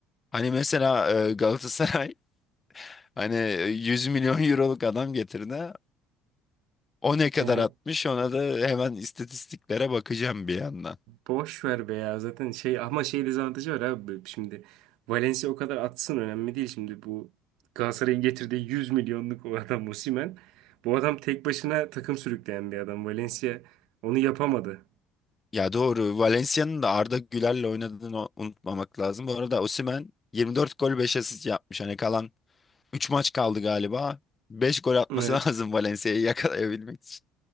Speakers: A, on the left; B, on the right.
A: Hani mesela e, Galatasaray <laughs> hani e, 100 milyon euroluk adam getirdi. O ne kadar
B: <laughs>
A: atmış ona da hemen istatistiklere bakacağım bir yandan.
B: Boş ver be ya zaten şey ama şey dezavantajı var abi şimdi Valencia o kadar atsın önemli değil şimdi bu Galatasaray'ın getirdiği 100 milyonluk o adam Osimhen bu adam tek başına takım sürükleyen bir adam Valencia onu yapamadı.
A: Ya doğru Valencia'nın da Arda Güler'le oynadığını o- unutmamak lazım. Bu arada Osimhen 24 gol 5 asist yapmış. Hani kalan 3 maç kaldı galiba. 5 gol atması
B: Evet
A: <laughs> lazım Valencia'yı yakalayabilmek için.